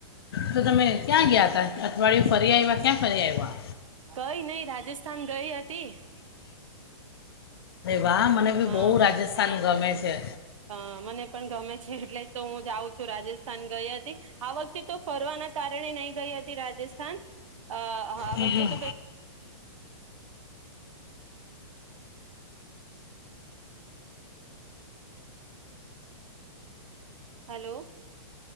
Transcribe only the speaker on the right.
ગઈ નઈ રાજસ્થાન ગઈ હતી
હા
હા મને પણ ગમે છે એટલે જ તો હું જાઉં રાજસ્થાન ગઈ હતી આ વખતે તો ફરવાના કારણે નહી ગઈ હતી રાજસ્થાન અહ આ
વખતે
તો કઈ હાલો.